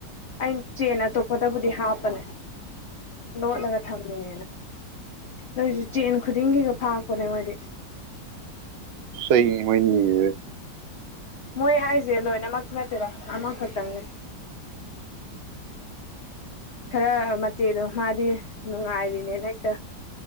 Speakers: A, on the left; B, on the right.
A: ꯑꯩꯅ ꯆꯦꯟ ꯑꯇꯣꯞꯄꯗꯕꯨꯗꯤ ꯍꯥꯞꯄꯅꯦ꯫ ꯂꯣꯠꯂꯒ ꯊꯝꯃꯤꯅꯦꯅ ꯑꯗꯣꯏꯁꯨ ꯆꯦꯟ ꯈꯨꯗꯤꯡꯒꯤꯒ ꯐꯥꯛꯄꯅꯦ ꯃꯣꯏꯗꯤ꯫
B: ꯆꯩꯅꯦ ꯃꯣꯏꯅ ꯅꯤꯔꯤꯗꯨ
A: ꯃꯣꯏ ꯍꯥꯏꯖꯦ ꯂꯣꯏꯅꯃꯛꯇꯤ ꯅꯠꯇꯦꯗ ꯑꯃ ꯈꯛꯇꯪꯅꯦ꯫ ꯈꯔ ꯃꯆꯦꯗꯣ ꯃꯥꯗꯤ ꯅꯨꯡꯉꯥꯏꯔꯤꯅꯦꯅ ꯍꯦꯛꯇ